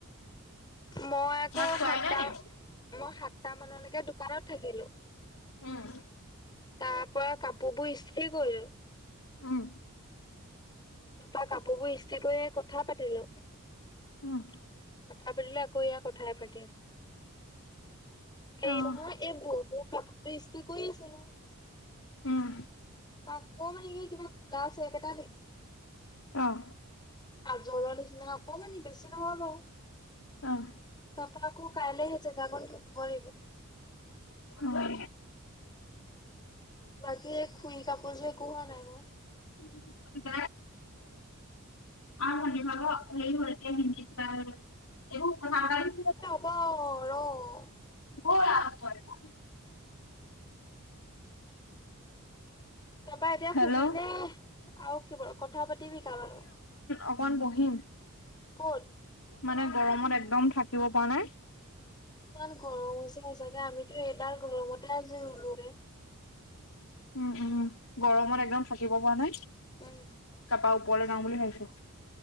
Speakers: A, on the left; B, on the left.
A: মই আকৌ
B: ভাত খোৱাই
A: সাতটা
B: নাই নি?
A: মই সাতটা মানলৈকে দোকানত থাকিলো।
B: উম,
A: তাৰ পৰা কাপোৰ বোৰ ইস্ত্ৰী কৰিলো।
B: উম,
A: তপা কাপোৰ বোৰ ইস্ত্ৰি কৰি কথা পাতিলো। কথা
B: উম,
A: পাতিলে আকৌ এয়া কথাই পাতি আছো। হেৰি
B: অ',
A: নহয় এই ব' ব' কাপোৰ ইস্ত্ৰী কৰি আছে নহয়।
B: উম,
A: আকৌ মানে কি কিবা কোলা আছে একেটা নেকি?
B: অহ,
A: আজলৰ নিচিনা অকমানি বেছি নহয় বাও।
B: অ',
A: তাৰাপা আকৌ কাইলে হেই জেগা কণ দিব লাগিব।
B: অহ,
A: বাকী খুই কাপোৰযোৰ একো হোৱা নাই বাৰু।
B: উম, ব অ ভি বাব হেই হিন্দীত <unintelligible> এইবোৰ <unintelligible>
A: ৰ ৰ।
B: বৰ ৰা লোকোইছা। <unintelligible>
A: তাৰপা এতিয়া
B: হেল্ল'?
A: সুবিনে আৰু কি কথা পাতিবি ক বাৰ লগত।
B: অকণ বহিম।
A: ক'ত?
B: মানে গৰমত একদম থাকিব পৰা নাই।
A: ইমান গৰম হৈছে সচাকে আমিতো এডাল গৰমতে আজি ৰুলোগে।
B: উম, উম, গৰমত একদম থাকিব পৰা নাই।
A: উম,
B: তাপা ওপৰলে যাওঁ বুলি ভাবিছোঁ।